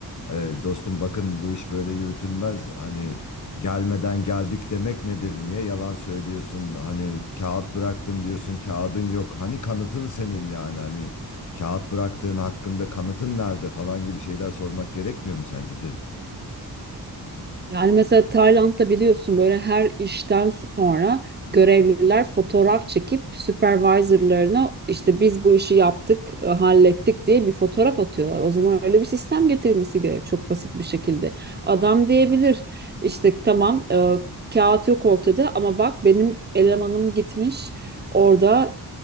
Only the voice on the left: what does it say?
"E, dostum bakın bu iş böyle yürütülmez. Hani gelmeden geldik demek nedir? Niye yalan söylüyorsun? Hani kağıt bıraktım diyorsun kağıdın yok. Hani kanıtın senin yani hani kağıt bıraktığın hakkında kanıtın nerede falan gibi şeyler sormak gerekmiyor mu sence de?